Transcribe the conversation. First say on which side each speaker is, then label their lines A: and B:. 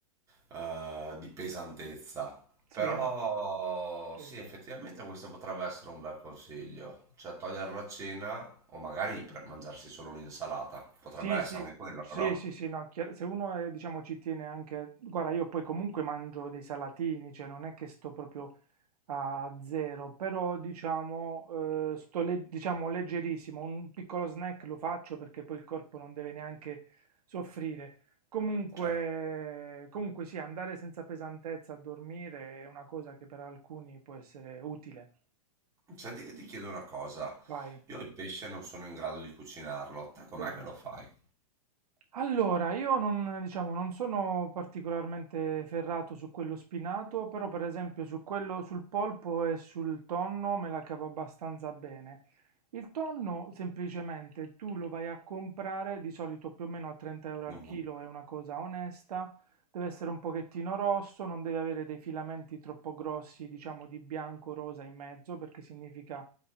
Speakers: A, on the right; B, on the right.
A: eh, di pesantezza.
B: sì,
A: Però
B: eh, sì.
A: sì, effettivamente questo potrebbe essere un bel consiglio, cioè togliere la cena o magari pre- mangiarsi solo un'insalata, potrebbe
B: Sì,
A: essere
B: sì,
A: anche quello,
B: sì,
A: no?
B: sì, sì, no, chiar- se uno è, diciamo, ci tiene anche... Guarda, io poi comunque mangio dei salatini, cioè non è che sto proprio a zero, però diciamo, eh, sto le- diciamo leggerissimo, un piccolo snack lo faccio perché poi il corpo non deve neanche soffrire. Comunque,
A: Cioè,
B: comunque sì, andare senza pesantezza a dormire è una cosa che per alcuni può essere utile.
A: senti che ti chiedo una cosa,
B: Vai,
A: io il pesce non sono in grado di cucinarlo, te com'è
B: bene.
A: che lo fai?
B: Allora, io non, diciamo, non sono particolarmente ferrato su quello spinato, però per esempio su quello, sul polpo e sul tonno me la cavo abbastanza bene. Il tonno semplicemente tu lo vai a comprare di solito più o meno a 30 euro
A: Mhm,
B: al chilo, è una cosa onesta, deve essere un pochettino rosso, non deve avere dei filamenti troppo grossi, diciamo di bianco-rosa in mezzo, perché significa